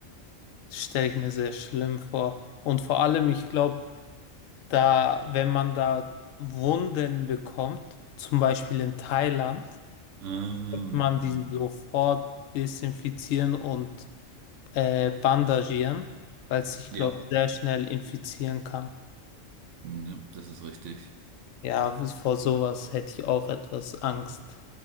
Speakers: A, on the left; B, on the right.
A: Das stelle ich mir sehr schlimm vor. Und vor allem, ich glaube, da, wenn man da Wunden bekommt, zum Beispiel in Thailand,
B: Ähm,
A: kann man
B: mm,
A: die sofort desinfizieren und äh, bandagieren, weil es ich
B: ja,
A: glaube sehr schnell infizieren kann.
B: mm, ja, das ist richtig.
A: Ja, vor sowas hätte ich auch etwas Angst.